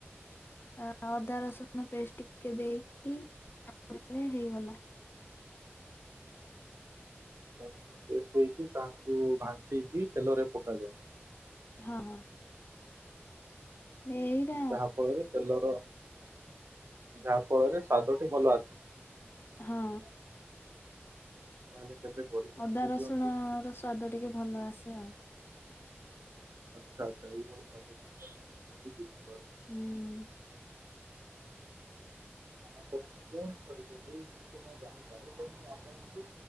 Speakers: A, on the left; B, on the right.
A: ଅ ଅଦା ରସୁଣ ପେଷ୍ ଟିକେ ଦେଇକି <inaudible> ଦେଲେ ହେଇଗଲା।
B: ଅଦା ରସୁଣ ପେଷ୍ ଦେଇକି ତାହାକୁ ଭାଣ୍ଟିକି ତେଲରେ ପକାଯାଏ।
A: ହଁ ଏଇଟା
B: ଯାହା ଫଳରେ ତେଲର ଯାହା ଫଳରେ ସ୍ୱାଦଟି ଭଲ ଆସେ।
A: ହଁ
B: ତାହେଲେ କେବେ କରିକି
A: ଅଦା
B: ମତେ
A: ରସୁଣର
B: ଦିଅନ୍ତୁ
A: ସ୍ଵାଦ ଟିକେ ଭଲ ଆସେ ଆଉ।
B: ଆଚ୍ଛା ଆଚ୍ଛା ଏଇ ଭଳି ଭାବେ ଛେଚାଯାଏ ମୁଁ ବି ଦିନେ
A: ହୁଁ
B: ଆପଣଙ୍କୁ ପୁଣି ଥରେ ଯଦି କିଛି ନ ଜାଣିପାରେ ଯଦି ମୁଁ ଆପଣଙ୍କୁ